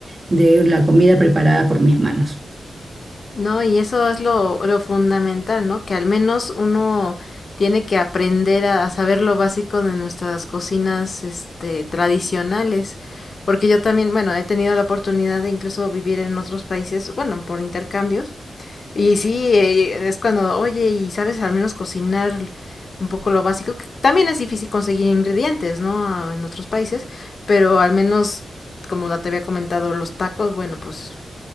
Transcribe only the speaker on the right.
de la comida preparada por mis manos.